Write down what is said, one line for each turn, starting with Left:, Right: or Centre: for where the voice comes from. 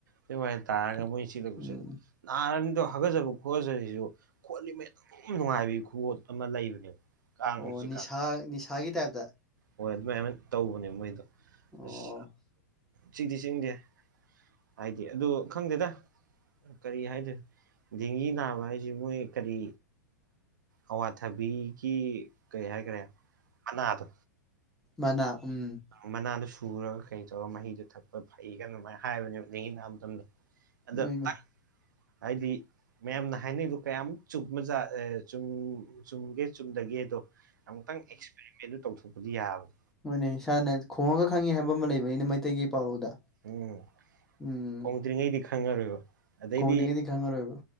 Right: ꯑꯗꯨꯃꯥꯏꯅ ꯇꯥꯔꯒ ꯃꯣꯏ ꯆꯤꯛꯂꯛꯄꯁꯦ
Centre: ꯎꯝ
Right: ꯅꯥꯔꯅꯤꯗꯣ ꯍꯥꯒꯠꯆꯕ ꯈꯣꯠꯂꯖꯁꯤꯁꯨ ꯈꯣꯠꯂꯤ ꯃꯩ <unintelligible> ꯅꯨꯡꯉꯥꯏꯕꯒꯤ ꯈꯨꯠꯋꯣꯠ ꯑꯃ ꯂꯩꯕꯅꯦꯕ ꯀꯥꯡ
Centre: ꯑꯣ
Right: ꯆꯤꯛꯀꯥꯟꯗ
Centre: ꯅꯤꯁꯥ ꯅꯤꯁꯥꯒꯤ ꯇꯥꯏꯞꯇꯥ
Right: ꯍꯣꯏ ꯑꯗꯨꯃꯥꯏꯅ ꯇꯧꯕꯅꯦ ꯃꯣꯏꯗꯣ
Centre: ꯑꯣ
Right: ꯑꯁ ꯆꯤꯗꯤ ꯆꯤꯡꯗꯦ ꯍꯥꯏꯗꯤ ꯑꯗꯨ ꯈꯪꯗꯦꯗ ꯀꯔꯤ ꯍꯥꯏꯗꯣꯏ ꯗꯦꯡꯒꯤ ꯅꯥꯕ ꯍꯥꯏꯖꯤ ꯃꯣꯏ ꯀꯔꯤ ꯑꯋꯥꯊꯕꯤꯒꯤ ꯀꯩ ꯍꯥꯏꯒ꯭ꯔꯦ ꯃꯅꯥꯗꯣ
Centre: ꯃꯥꯅꯥ ꯎꯝ
Right: ꯃꯅꯥꯗꯣ ꯁꯨꯔꯒ ꯀꯩ ꯇꯧꯔꯒ ꯃꯍꯤꯗꯣ ꯊꯛꯄ ꯐꯩꯒꯅ ꯑꯗꯨꯃꯥꯏꯅ ꯍꯥꯏꯕꯅꯦꯕ ꯗꯦꯡꯒꯤ ꯅꯕ ꯃꯇꯝꯗꯣ ꯑꯗꯣ
Centre: ꯃꯩꯃ
Right: ꯇꯪ ꯍꯥꯏꯗꯤ ꯃꯌꯥꯝꯅ ꯍꯥꯏꯅꯩꯗꯣ ꯀꯌꯥꯝꯃꯨꯛ ꯆꯨꯝꯕꯖꯥ ꯑꯥ ꯆꯨꯝ ꯆꯨꯝꯒꯦ ꯆꯨꯝꯗꯒꯦꯗꯣ ꯑꯃꯨꯛꯇꯪ ꯑꯦꯛꯁꯄꯦꯔꯤꯃꯦꯟꯗꯨ ꯇꯧꯊꯣꯛꯄꯗꯤ ꯌꯥꯕꯅꯤ
Centre: ꯍꯣꯏꯅꯦ ꯏꯁꯥꯅ ꯈꯣꯡꯉꯒ ꯈꯪꯉꯤ ꯍꯥꯏꯕ ꯑꯃ ꯂꯩꯕꯅꯤꯅ ꯃꯩꯇꯩꯒꯤ ꯄꯥꯎꯔꯧꯗ
Right: ꯎꯝꯈꯣꯡꯗ꯭ꯔꯤꯉꯩꯗꯤ
Centre: ꯎꯝ
Right: ꯈꯪꯉꯔꯣꯏꯕ ꯑꯗꯩꯗꯤ
Centre: ꯈꯣꯡꯗ꯭ꯔꯤꯉꯩꯗꯤ ꯈꯪꯉꯔꯣꯏꯕ